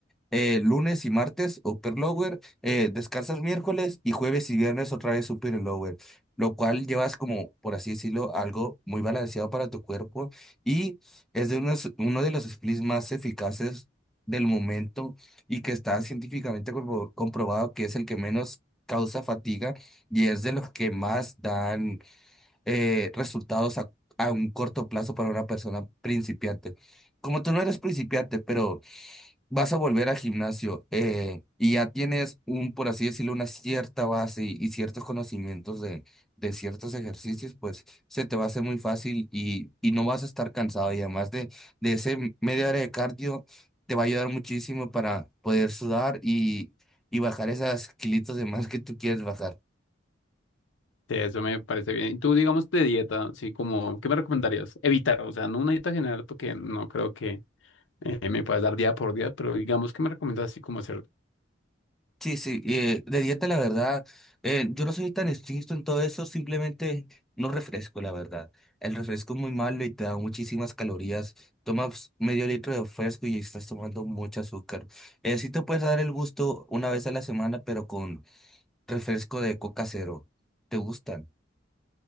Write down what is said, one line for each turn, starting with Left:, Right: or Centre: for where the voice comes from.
Centre: eh, lunes y martes upper lower, eh, descansas miércoles y jueves y viernes otra vez upper y lower, lo cual llevas como, por así decirlo, algo muy balanceado para tu cuerpo y es de unos, uno de los splits más eficaces del momento y que está científicamente compro- comprobado que es el que menos causa fatiga y es de los que más dan eh, resultados a, a un corto plazo para una persona principiante. Como tú no eres principiante, pero vas a volver al gimnasio eh, y ya tienes un, por así decirlo, una cierta base y, y ciertos conocimientos de, de ciertos ejercicios, pues se te va a hacer muy fácil y, y no vas a estar cansado. Y además de, de ese media hora de cardio, te va a ayudar muchísimo para poder sudar y, y bajar esas kilitos de más que tú quieres bajar.
Left: Sí, eso me parece bien. Y tú, digamos, de dieta, sí, como, ¿qué me recomendarías? Evitar, o sea, no una dieta general, porque no creo que eh, me puedas dar día por día, pero digamos, ¿qué me recomiendas así como hacer?
Centre: Sí, sí, y, eh, de dieta la verdad, eh, yo no soy tan estricto en todo eso, simplemente no refresco, la verdad. El refresco es muy malo y te da muchísimas calorías. Tomas medio litro de refresco y estás tomando mucho azúcar. Eh, sí te puedes dar el gusto una vez a la semana, pero con refresco de coca cero. ¿Te gusta?